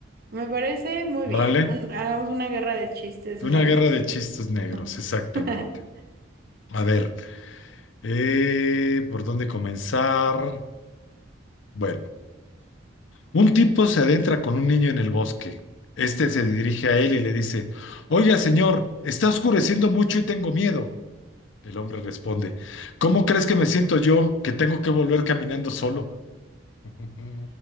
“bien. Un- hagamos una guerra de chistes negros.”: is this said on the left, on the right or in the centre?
Right